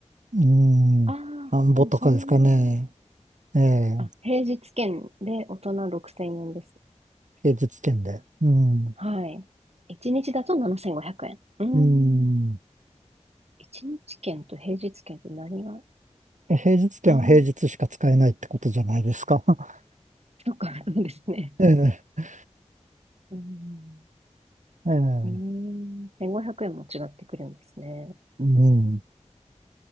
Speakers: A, on the right; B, on the right.
A: うん、
B: ああ、
A: なんぼとかですかね。
B: でもそんなもん。
A: ええ、
B: あ、平日券で大人6000円です。
A: 平日券で。うん。
B: はい。1日だと7500円。うーん。
A: うん。
B: 1日券と平日券って何が
A: え平日券は平日しか使えないってことじゃないですか。
B: ああー、
A: <laughs>
B: そっか、そうですね。
A: ええ、
B: うん。
A: ええ、
B: うん。1500円も違ってくるんですね。
A: うん。